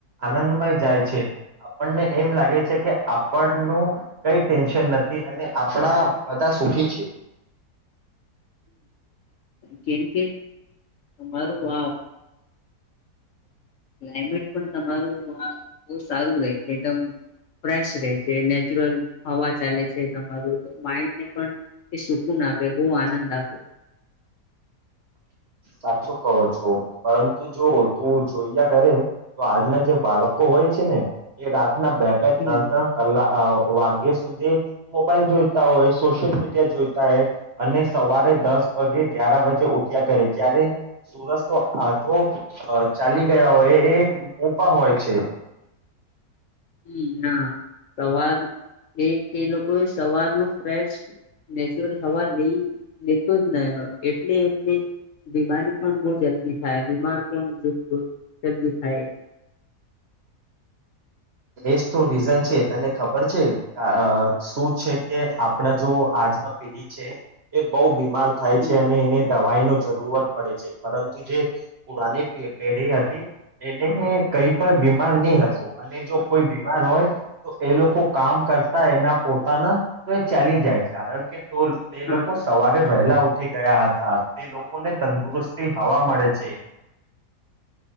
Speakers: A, on the right; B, on the left.
A: આનંદમય જાય છે આપણને એમ લાગે છે કે આપણનું કઈ ટેન્શન નથી. અને આપણા બધા સુખી છે.
B: કેમકે તમારું આ ક્લાયમેટ પણ તમારું આ બહ સારું રહે છે એકદમ ફેશ રહે છે નેચરલ હવા ચાલે છે તમારું માઇન્ડને પણ એ સુકૂન આપે બહ આનંદ આપે.
A: સાચું કહો છો પરંતુ જો તું જોઈયા કરે તો આજના જે બાળકો હોય છે ને એ રાત. ના બે બે
B: હમ
A: ત્રણ ત્રણ કલાક આવો. વાગ્ય સુધી મોબાઈલ જોઈતા હોય સોશિયલ મીડિયા જોઈતા હોય અને સવારે દસ વાગે ગ્યાર વાગે ઉ. જગ્યા કરે જ્યારે સુરજ તો આધો ચાલી ગયા હોય એ મોપા હોય છે.
B: હમ ના સવાર એક એ લોકોએ સવાર ન ફેશ નેચરલ હવા લઈ લેતો જ નહી હોય એટલે એમને બીમારી પણ બહ જલ્દી થાય બીમાર પણ જદી થાય એ.
A: એજ તો રીઝન છે તને ખબર છે શું છે કે આપણા જો આજના પેઢી છે એ બહ બી. ર થાય
B: હમ
A: છે અને એને દવાઈ નો. જરૂરત પડે છે પરંતુ જે પુરાની પેઢી હતી એને કઈ પણ બીમાર નહી હતું અને જો. કોઈ બીમાર હોય તો એ લોકો કામ કરતા એના પોતાના તો એ ચાલી જાય કારણ કે. તો એ
B: હા
A: લોકો સવારે. વહેલા ઉઠી ગયા હતા તે લોકોને તંદુરસ્તી હવા મળે છે.